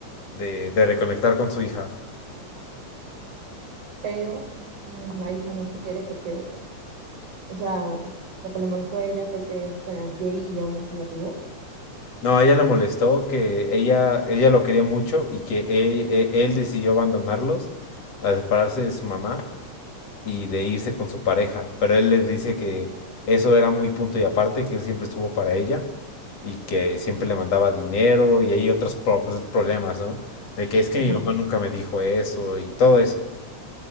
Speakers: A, on the left; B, on the right.
A: de, de reconectar con su hija.
B: pero mm, la hija no quiere porque, o sea, lo que le molestó a ella fue que él fuera gay y aún así la tuvo.
A: No, a ella la molestó que ella, ella lo quería mucho y que él, e- él decidió abandonarlos, a separarse de su mamá y de irse con su pareja. Pero él les dice que eso era muy punto y aparte, que él siempre estuvo para ella y que siempre le mandaba dinero y hay otros pro- problemas, ¿no? De que es que
B: Ajá,
A: mi mamá nunca me dijo eso y todo eso.